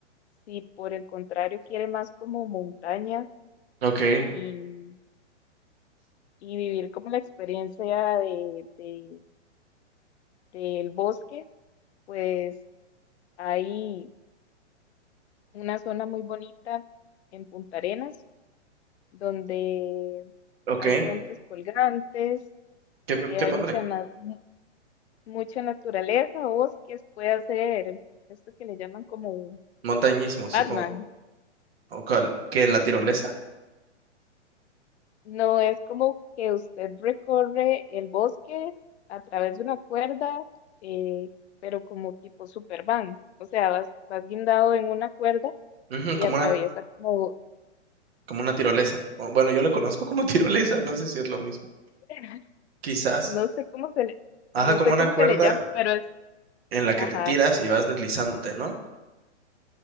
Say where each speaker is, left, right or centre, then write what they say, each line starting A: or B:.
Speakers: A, on the left; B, on the right.
A: si por el contrario quiere más como montaña
B: Ok,
A: y y vivir como la experiencia de, de- del bosque, pues hay una zona muy bonita en Punta Arenas, donde
B: ok.
A: hay puentes colgantes,
B: Qué,
A: eh,
B: qué
A: hay
B: padre.
A: mucha, na- mu- mucha naturaleza, bosques, puede hacer esto que le llaman como
B: Montañismo,
A: el
B: supongo.
A: Batman.
B: O cual- ¿qué, la tirolesa?
A: mm, No es como que usted recorre el bosque a través de una cuerda, eh, pero como tipo Superman. O sea, vas, vas guindado en una cuerda
B: Ujú,
A: y
B: como
A: atraviesa
B: una,
A: como,
B: como una tirolesa. O, bueno, yo lo conozco como <laughs> tirolesa, no sé si es lo mismo.
A: <laughs>
B: Quizás.
A: no sé cómo se le,
B: Ajá,
A: no
B: como
A: sé
B: una
A: cómo
B: cuerda
A: se le llama, pero es,
B: en la que
A: ajá,
B: te tiras y vas deslizándote, ¿no?